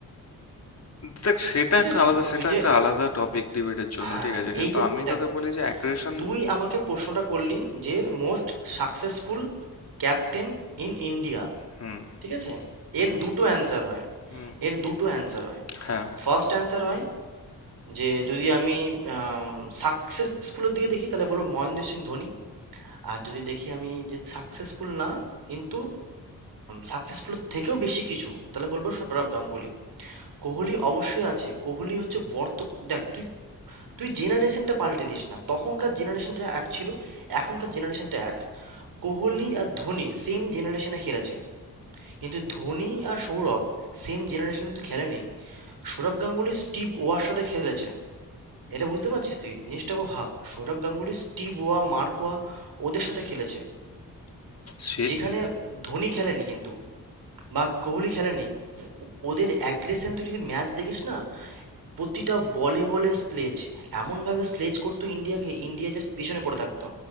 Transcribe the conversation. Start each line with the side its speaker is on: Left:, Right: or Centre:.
Left: দেখ সেটা
Right: ঠিক
Left: একটা
Right: আছে
Left: আলাদা সেটা
Right: তুই যে
Left: একটা আলাদা টপিক ডিবেটের জন্য
Right: হ্যাঁ
Left: ঠিক আছে কিন্তু
Right: এই যে
Left: আমি
Right: দেখ
Left: তোকে বলি যে অ্যাগ্রেশন
Right: তুই আমাকে প্রশ্নটা করলি যে
Left: হুম
Right: most successful captain in India
Left: হুম
Right: ঠিক আছে
Left: হুম
Right: এর দুটো অ্যান্সার হয়
Left: হুম,
Right: এর দুটো অ্যান্সার হয়
Left: হ্যাঁ
Right: ফার্স্ট অ্যান্সার হয় যে যদি আমি সাকসেসফুলের দিকে দেখি তাহলে বলবো মহেন্দ্র সিং ধোনি আর যদি দেখি আমি যে সাকসেসফুল না কিন্তু সাকসেসফুলের থেকেও বেশি কিছু তাহলে বলবো সৌরভ গাঙ্গুলি কোহলি অবশ্যই আছে কোহলি হচ্ছে বর্ত দেখ তুই তুই জেনারেশনটা পাল্টে দিস না তখনকার জেনারেশনটা এক ছিল এখনকার জেনারেশনটা এক কোহলি আর ধোনি সেম জেনারেশনে খেলেছে কিন্তু ধোনি আর সৌরভ সেম জেনারেশনে কিন্তু খেলেনি সৌরভ গাঙ্গুলি স্টিভ ওয়ার সাথে খেলেছে এটা বুঝতে পারছিস তুই জিনিসটা খুব ভাব সৌরভ গাঙ্গুলি স্টিভ ওয়া মার্কোয়া ওদের সাথে খেলেছে
Left: সে
Right: যেখানে ধোনি খেলেনি কিন্তু বা কোহলি খেলেনি ওদের অ্যাগ্রেশন তুই যদি ম্যাচ দেখিস না প্রতিটা বলে বলে স্লেজ এমনভাবে স্লেজ করতো ইন্ডিয়াকে ইন্ডিয়া জাস্ট পেছনে পড়ে থাকতো